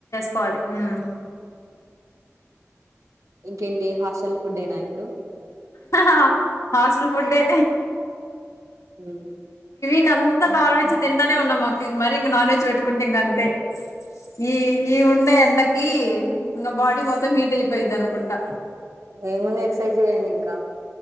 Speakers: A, on the left; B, on the right.
A: కోవాలి ఉమ్
B: ఇంకేంటి హాస్టల్ ఫుడ్ ఏనా ఇప్
A: ఆ హాస్టల్ ఫుడ్డే
B: ఉమ్
A: ఇంకా అంత నాన్ వెెజ్ తింటనే ఉన్నాం మాకు ఇ మరి నాన్ వెెజ్ వెట్ కుంటే ఇంగ అంతే ఈ ఈ ఉండే ఎండకి ఇంగ బడీ మొత్తం హీట్ అయిపోయిద్ది. అనుకుంటా
B: ఏముంది ఎక్సర్సైజ్ చెయ్యండి ఇంకా